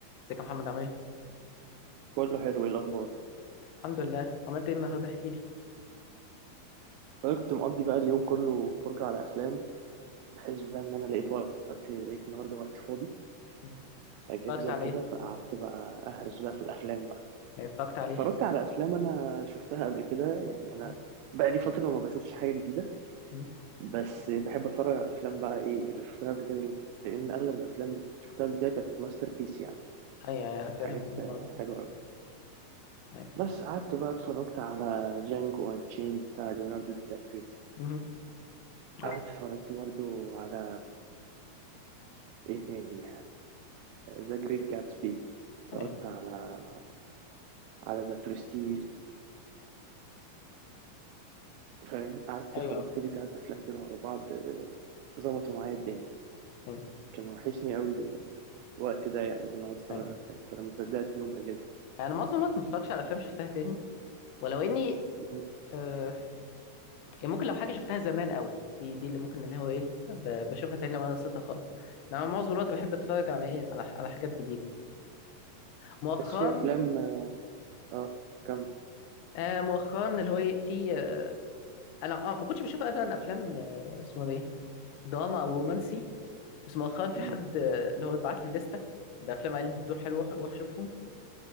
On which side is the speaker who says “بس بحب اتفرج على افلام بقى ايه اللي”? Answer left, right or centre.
Right